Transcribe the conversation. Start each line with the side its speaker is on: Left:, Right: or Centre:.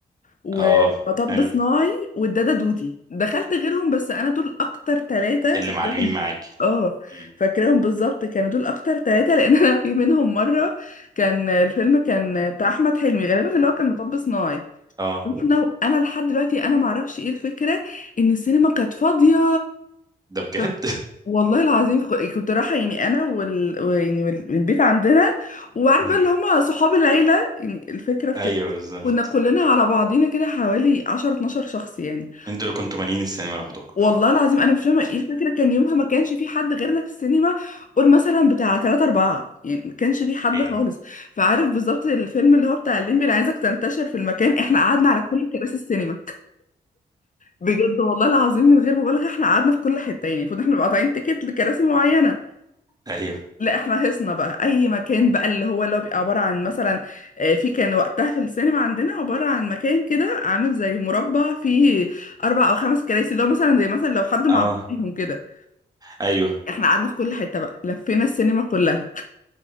Left: ومطب
Right: اه حلو
Left: صناعي والدادا دودي دخلت غيرهم بس انا دول اكتر ثلاثه
Right: اللي
Left: فاكراهم
Right: معلمين معاكي
Left: اه
Right: مم.
Left: فاكراهم بالظبط كانوا دول اكتر ثلاثه لان انا في منهم مره كان الفيلم كان بتاع احمد حلمي غالبا اللي هو كان مطب صناعي
Right: اه
Left: لو انا لحد دلوقتي انا ما اعرفش ايه الفكره ان السينما كانت فاضيه
Right: ده بجد
Left: ف- والله العظيم ك- كنت رايحه يعني انا وال... و- يعني وال- والبيت عندنا وعارفه
Right: <laughs> مم.
Left: اللي هم صحاب العيله يعني الفكره في
Right: ايوه
Left: كده
Right: بالظبط
Left: كنا كلنا على بعضينا كده حوالي 10 12 شخص يعني
Right: انتوا اللي كنتوا مالين السينما لوحدكم
Left: والله العظيم انا مش فاهمه ايه الفكره كان يومها ما كانش في حد غيرنا في السينما قول مثلا بتاع 3 4 يعني ما كانش في حد
Right: ايه
Left: خالص فعارف بالظبط الفيلم اللي هو بتاع الليمبي انا عايزك تنتشر في المكان احنا قعدنا على كل كراسي السينما بجد والله العظيم من غير مبالغه احنا قعدنا في كل حته يعني المفروض احنا نبقى قاطعين تيكت لكراسي معينه
Right: ايوه
Left: لا احنا حصنا بقى اي مكان بقى اللي هو اللي هو بيبقى عباره عن مثلا آه، في كان وقتها في السينما عندنا عباره عن مكان كده عامل زي مربع فيه اربع او خمس كراسي اللي هو مثلا زي مثلا لو حد مع
Right: اه
Left: بعضيهم كده
Right: ايوه
Left: احنا قعدنا في كل حته بقى لفينا السينما كلها